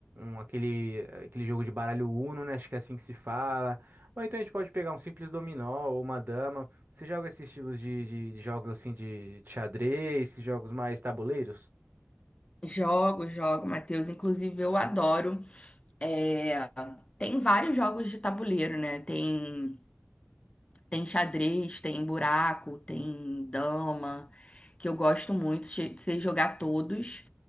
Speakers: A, on the right; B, on the left.
A: um- aquele, aquele jogo de baralho Uno, né, acho que é assim que se fala, ou então a gente pode pegar um simples dominó ou uma dama. Você joga esses estilos de, de, de jogos, assim, de, de xadrez, esses jogos mais tabuleiros?
B: Jogo, jogo, Matheus. Inclusive, eu adoro. É, Tem vários jogos de tabuleiro, né? Tem. Tem xadrez, tem buraco, tem dama, que eu gosto muito, che- sei jogar todos.